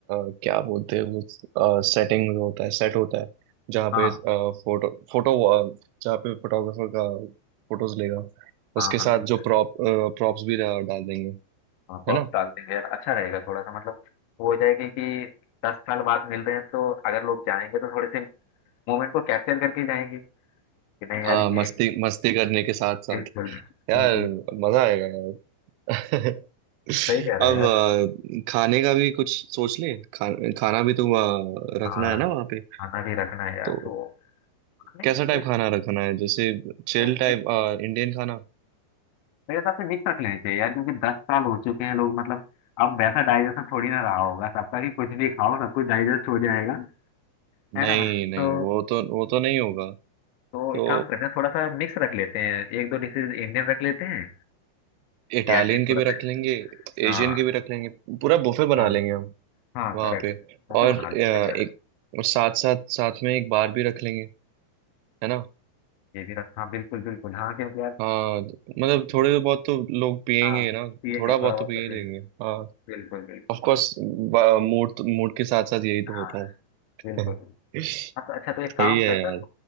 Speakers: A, on the right; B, on the left.
A: अ, क्या बोलते हैं वो सेटिंग होता है सेट होता है जहाँ
B: हाँ
A: पे फोटो फोटो जहाँ पे फोटोग्राफर का फोटोज लेगा उसके
B: हाँ हाँ
A: साथ
B: बिल्कुल
A: जो प्रॉप प्रॉप्स भी डा- डाल देंगे
B: हाँ प्रॉप्स
A: है ना
B: डाल देंगे यार अच्छा रहेगा थोड़ा सा मतलब वो हो जाएगा कि दस साल बाद मिल रहे हैं तो अगर लोग जाएंगे तो थोड़े से मोमेंट को कैप्चर करके जाएंगे कि नहीं यार
A: हाँ मस्ती
B: ये
A: मस्ती करने के साथ साथ
B: बिल्कुल
A: यार
B: बिल्कुल
A: मजा आएगा यार <laughs>
B: सही कह रहा
A: अब
B: है यार
A: अ, खाने का भी कुछ सोच ले खा, खाना भी तो वहाँ रखना
B: हाँ
A: है ना वहाँ पे
B: खाना भी रखना है यार
A: तो
B: तो नहीं
A: कैसा
B: तो
A: टाइप
B: फिर
A: खाना रखना है जैसे चिल
B: मैं-
A: टाइप
B: मैं-
A: इंडियन खाना
B: मेरे हिसाब से मिक्स रख लेना चाहिए यार क्योंकि दस साल हो चुके हैं लोग मतलब अब वैसा डाइजेशन थोड़ी ना रहा होगा सबका कि कुछ भी खाओ सब कुछ डाइजेस्ट हो जाएगा है
A: नहीं
B: ना
A: नहीं
B: तो
A: वो तो वो तो नहीं होगा
B: तो
A: तो
B: एक काम करते हैं थोड़ा सा मिक्स रख लेते हैं एक दो डिशेज इंडियन रख लेते हैं
A: इटालियन
B: या फिर
A: के
B: थोड़ा
A: भी रख
B: सा
A: लेंगे
B: हाँ
A: एशियन के भी रख लेंगे पूरा बुफे बना
B: हाँ
A: लेंगे हम
B: हाँ
A: वहाँ
B: करेक्ट
A: पे
B: बुफे
A: और
B: बना
A: अ,
B: लेते हैं
A: एक और साथ साथ साथ में एक बार भी रख लेंगे है ना
B: ये भी रख हाँ बिल्कुल बिल्कुल हाँ क्योंकि यार
A: हाँ मतलब थोड़े बहुत तो लोग पियेंगे
B: हाँ
A: ना
B: ठीक
A: थोड़ा
B: है थोड़ा
A: बहुत
B: बहुत
A: तो पिए
B: तो
A: लेंगे
B: change-
A: ऑफ
B: बिल्कुल बिल्कुल बिल्कुल
A: कोर्स मूड मूड के साथ साथ यही तो
B: हाँ
A: होता है
B: बिल्कुल
A: <laughs>
B: बिल्कुल।
A: सही
B: अच्छा अच्छा तो एक काम
A: है
B: करते
A: यार
B: हैं